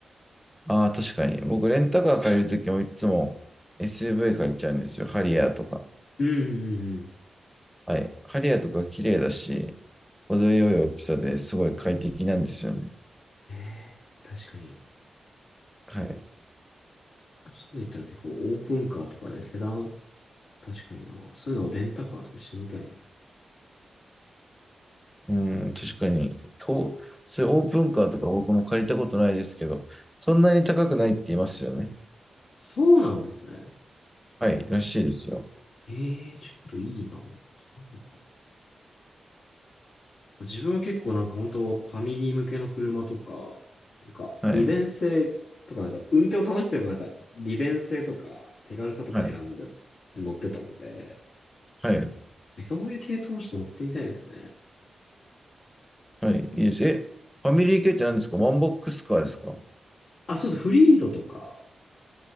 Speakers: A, in the centre; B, on the left (about 75°).
A: ああ、確かに。僕、レンタカー借りるときもいつも SUV 借りちゃうんですよ。ハリアーとか。
B: うんうんうん。
A: はい。ハリアーとか綺麗だし、程よい大きさですごい快適なんですよね。
B: ええ確かに。
A: はい。
B: そういったら結構オープンカーとかねセダン、確かにな。そういうのをレンタカーとかしてみたいな。
A: うん、確かに。こう、そういうオープンカーとか僕も借りたことないですけど、そんなに高くないって言いますよね。
B: そうなんですね。
A: はい、らしいですよ。
B: ええちょっといいな。あるのかな自分は結構なんか本当ファミリー向けの車とか、なんか利便性とか、
A: はい、
B: なんか運転を楽しけばなんか利便性とか手軽さとか選んで
A: はい、
B: 乗ってたので、
A: はい、
B: そういう系統もちょっと持ってみたいですね。
A: はい、いいです。え、ファミリー系って何ですかワンボックスカーですか
B: あ、そうです。フリードとか、